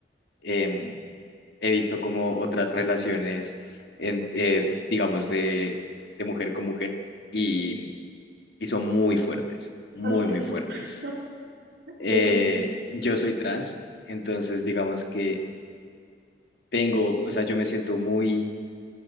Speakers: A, on the left (about 65°); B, on the right (about 70°).
A: em, he visto como otras relaciones, en, eh, digamos, de, de mujer con mujer y, y son muy fuertes, muy,
B: Son intensos.
A: muy fuertes.
B: <laughs>
A: Eh,
B: Sí.
A: yo soy trans, entonces digamos que tengo, o sea, yo me siento muy